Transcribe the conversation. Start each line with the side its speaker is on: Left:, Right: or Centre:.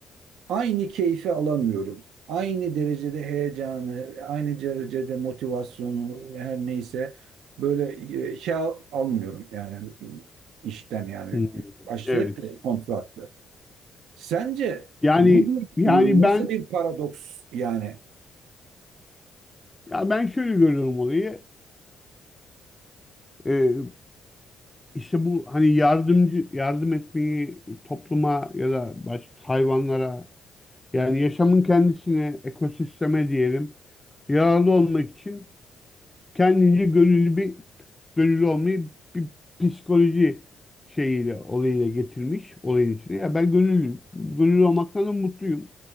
Right: aynı keyfi alamıyorum. Aynı derecede heyecanı, aynı derecede motivasyonu her neyse böyle e, şey al- almıyorum yani işten yani
Left: Hmm,
Right: başladık
Left: Evet.
Right: da kontratlı. Sence
Left: Yani
Right: bu
Left: yani
Right: bir-
Left: ben
Right: nasıl bir paradoks yani?
Left: ya ben şöyle görüyorum olayı. Ee, işte bu hani yardımcı yardım etmeyi topluma ya da başka hayvanlara yani yaşamın kendisine ekosisteme diyelim yararlı olmak için kendince gönüllü bir gönüllü olmayı bir psikoloji şeyiyle olayıyla getirmiş olayın içine. Ya ben gönüllüyüm. Gönüllü olmaktan da mutluyum.